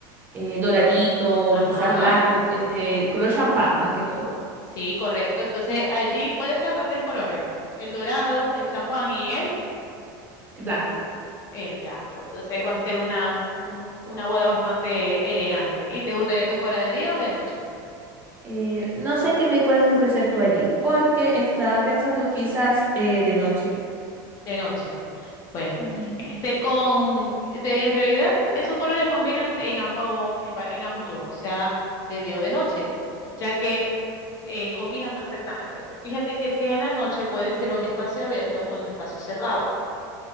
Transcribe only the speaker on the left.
Ajá,
sí, correcto. Entonces allí puede ser hasta tres colores, el dorado, el champán y el,
el blanco. Entonces va a ser una, un- una boda bastante elegante. ¿Y te gustaría que fuera de día o de noche?
De noche. Bueno,
este con, de, en realidad esos colores combinan en ambos, en, va- en ambos turnos, sea, de día o de noche, ya que se eh, combinan perfectamente. Fíjate que si es en la noche puede ser un espacio abierto o un espacio cerrado.